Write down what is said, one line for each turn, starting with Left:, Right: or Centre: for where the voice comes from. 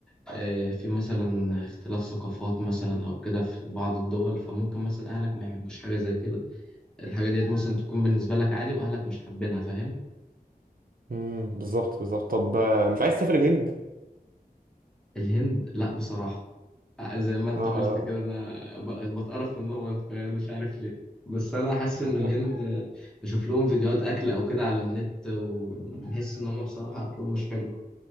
Centre: آه، في مثلا اختلاف ثقافات مثلا او كده في بعض الدول فممكن مثلا اهلك ما يحبوش حاجة زي كده الحاجة ديت مثلا تكون بالنسبة لك عادي واهلك مش حابينها فاهم
Right: امم بالظبط بالظبط طب آه، مش عايز تسافر الهند
Centre: الهند لا بصراحة زي ما انت
Right: آه،
Centre: قلت كده انا بقيت بتقرف منهم انا كمان مش عارف ليه بس انا حاسس
Right: آه،
Centre: ان الهند بشوف لهم فيديوهات اكل او كده على النت وبحس ان هم بصراحة اكلهم مش حلو